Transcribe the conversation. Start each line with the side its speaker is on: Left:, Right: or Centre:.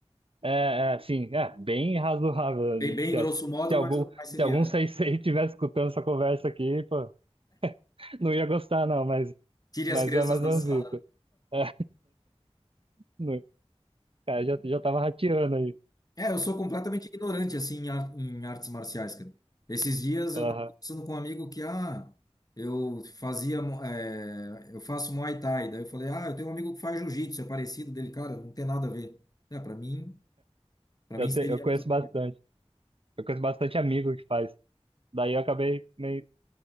Right: é, é assim, é bem razoável.
Left: Bem, bem
Right: Se,
Left: grosso
Right: se
Left: modo,
Right: algum,
Left: mas, mas seria,
Right: se algum
Left: né?
Right: <laughs> sensei estiver escutando essa conversa aqui, pô. Não ia gostar, não, mas,
Left: Tire
Right: mas
Left: as crianças
Right: é mais
Left: da
Right: ou
Left: sala.
Right: menos isso. É, não- cara, já, já tava rateando aí.
Left: É, eu sou completamente ignorante, assim, em, ar- em artes marciais, cara. Esses dias
Right: Aham.
Left: eu tava conversando com um amigo que, ah, eu fazia, mo- é, eu faço Muay Thai. Daí eu falei, ah, eu tenho um amigo que faz Jiu-Jitsu, é parecido dele, cara, não tem nada a ver. É, para mim, para
Right: Eu,
Left: mim seria
Right: te- eu conheço
Left: a mesma
Right: bastante.
Left: coisa.
Right: Eu conheço bastante amigo que faz. Daí eu acabei meio